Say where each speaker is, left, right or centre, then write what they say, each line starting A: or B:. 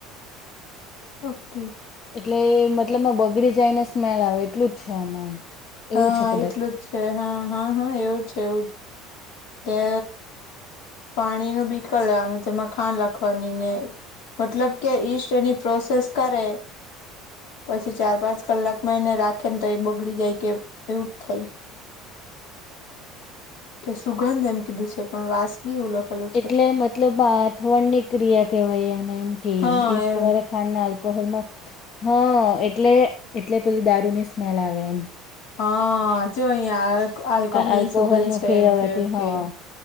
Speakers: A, on the left; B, on the left.
A: ઓકે
B: એટલે એ મતલબમાં બગડી જાય ને સ્મેલ આવે એટલું જ છે આમાં
A: હા
B: એવું છે કદાચ
A: એટલું જ છે હા હા હા એવું છે એવું કે પાણી નું બી કર લેવાનું તેમાં ખાંડ લાખવાની ને મતલબ કે ઈસ્ટ એની પ્રોસેસ કરે પછી ચાર પાંચ કલાકમાં એને રાખે ને તો એ બગડી જાય કે એવું જ થાય કે સુગંધ એમ કીધું છે પણ વાસ ની <unintelligible>
B: એટલે મતલબ અથવણ ની ક્રિયા કેવાય અને એમ કે
A: હા
B: ઇસ્ટ
A: એમ
B: વાળા ખાંડના <inaudible> હા એટલે એટલે પેલી દારૂની સ્મેલ આવે એમ
A: હા જો અહીંયા આલ્કોહોલ
B: આલ્કોહોલનું
A: ની સુગંધ છે
B: ફેરવવાથી
A: એમ કે ઓકે
B: હા